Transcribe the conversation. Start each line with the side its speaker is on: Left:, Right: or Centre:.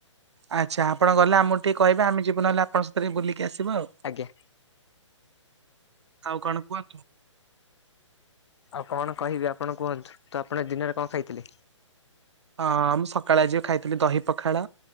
Right: ଆଚ୍ଛା, ଆପଣ ଗଲେ ଆମକୁ ଟିକେ କହିବେ ଆମେ ଯିବୁ ନହେଲେ ଆପଣ ସ ଥରେ ବୁଲିକି ଆସି। ଥିବ ଆଉ।
Left: ଆଜ୍ଞା।
Right: ଆଉ କଣ କୁହନ୍ତୁ?
Left: ଆଉ କଣ କହିବି ଆପଣ କୁହନ୍ତୁ? ତ ଆପଣ ଦିନରେ କଣ ଖାଇଥିଲେ?
Right: ହଁ ଆମ ଷ୍ କାଳଆଜି ଖାଇଥିଲି ଦହି ପଖାଳ